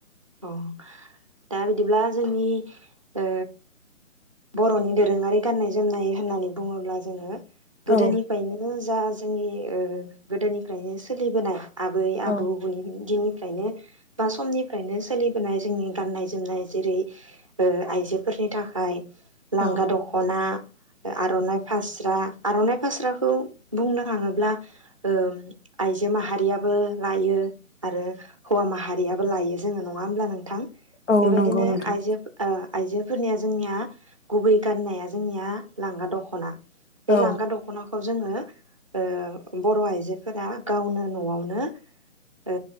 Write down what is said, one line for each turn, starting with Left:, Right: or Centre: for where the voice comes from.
Right: अ दा बिदिब्ला जोंनि ओ बर'नि दोरोङारि गाननाय जोमनाय होननानै बुङोब्ला जोङो गोदोनिफायनो
Left: औ
Right: जा जोंनि ओ गोदोनिफ्रायनो सोलिबोनाय आबै
Left: औ
Right: आबौ बुनि दिननि फ्रायनो बा समनि फ्रायनो सोलिबोनाय जोंनि गाननाय जोमनाय जेरै ओ आइजोफोरनि थाखाय लांगा
Left: औ
Right: दख'ना आर'नाइ फास्रा आर'नाइ खास्राखौ बुंनो थाङोब्ला ओ आइजो माहारियाबो लायो आरो हौवा माहारियाबो लायो। जोङो नङा होमब्ला नों थां।
Left: औ
Right: बेबायदिनो
Left: नंगौ नोंथां
Right: आइजो ओ आइजोफोरनिया जोंनिया गुबै गाननाया जोंनिया लांगा दख'ना। बे
Left: औ
Right: लांगा दखना खौ जोङो ओ बर' आइजोफोरा गावनो न'आवनो ओ